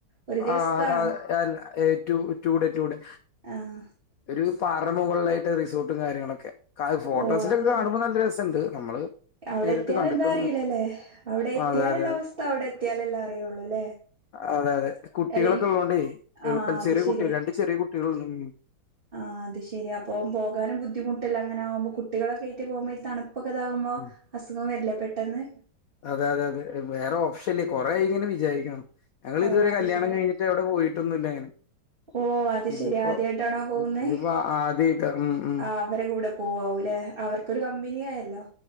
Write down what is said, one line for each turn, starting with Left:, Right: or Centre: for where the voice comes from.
Right: ഒരു ദിവസത്താണോ
Left: ആഹ കാ അൽ ടൂ ടു ഡെ ടൂ ഡെ
Right: ആഹ
Left: ഒരു പാറ മുകളിലായിട്ട് റിസോർട്ടും കാര്യങ്ങളൊക്കെ ക്കൽ ഫോട്ടോസിലൊക്കെ
Right: ഓ അത് ശെരി
Left: കാണുമ്പോൾ നല്ല രസണ്ട് നമ്മള്
Right: അവിടെ
Left: നേരിട്ട്
Right: എത്തിയാല്
Left: കണ്ടിട്ടൊന്നുമില്ല
Right: എന്താ അറിയില്ലല്ലേ അവിടെ എത്തിയാലുള്ള
Left: അതെ അതെ
Right: അവസ്ഥ അവിടെ എത്തിയാലല്ലെ അറിയുള്ളൂ ല്ലേ
Left: അതെ അതെ കുട്ടികളൊക്കെ
Right: അല്ലെങ്കി
Left: ഇള്ളോണ്ടേ
Right: ആഹ്
Left: എളുപ്പല്ല
Right: അത്
Left: ചെറിയ
Right: ശരിയാ
Left: കുട്ടി രണ്ട് ചെറിയ കുട്ട്യേ ളുണ്ട് ഉം
Right: ആഹ് അത് ശരി അപ്പം പോകാനും ബുദ്ധിമുട്ടല്ലെ അങ്ങനെ ആകുമ്പം കുട്ടികളെക്കെയായിട്ട് പോകുമ്പം ഈ തണു പ്പൊക്കെതാകുമ്പം
Left: ഉം
Right: അസുഖം വരില്ലെ പെട്ടെന്ന്
Left: അതെ അതെ അതെ വേറെ ഓപ്ഷൻല്ലേ കൊറെ ആയി ഇങ്ങനെ വിചാരിക്യണു ഞങ്ങൾ
Right: ഓ
Left: ഇതുവരെ
Right: അത്
Left: കല്യാണം
Right: ശരി
Left: കഴിട്ട് എവിടെ പോയിട്ടൊന്നുല്ല ഇങ്ങനെ
Right: ഓ അത്
Left: ഇതിപ്പോ
Right: ശരി ആദ്യായിട്ടാണോ പോകുന്നേ
Left: ഇതിപ്പോ ആദ്യായ്ട്ട ഉം ഉം
Right: ആഹ് അവരെ കൂടെ പോവാവൂല്ലേ അവർക്കൊരു കമ്പനിയായില്ലോ